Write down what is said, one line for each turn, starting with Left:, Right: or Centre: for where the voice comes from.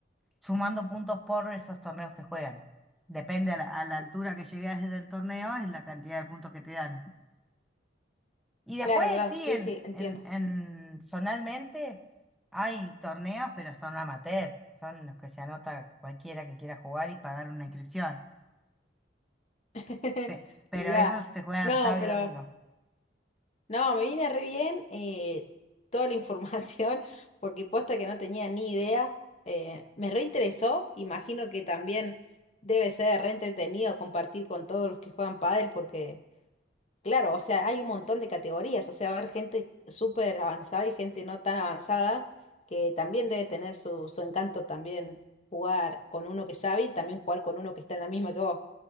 Centre: sumando puntos por esos torneos que juegan. Depende a la, a la altura que llegues del torneo, es la cantidad de puntos que te dan. Y después
Left: Claro, claro,
Centre: sí,
Left: sí,
Centre: en,
Left: sí, entiendo.
Centre: en, en zonalmente hay torneos, pero son amateurs, son los que se anota cualquiera que quiera jugar y pagar una inscripción.
Left: <laughs>
Centre: Pe- pero
Left: Mirá,
Centre: esos se juegan
Left: no,
Centre: sábado
Left: pero
Centre: y domingo.
Left: no, me viene re bien eh, toda la información, <laughs> porque posta que no tenía ni idea. eh, me reinteresó, imagino que también debe ser re entretenido compartir con todos los que juegan pádel, porque Claro, o sea, hay un montón de categorías, o sea, va a haber gente súper avanzada y gente no tan avanzada, que también debe tener su, su encanto también jugar con uno que sabe y también jugar con uno que está en la misma que vos.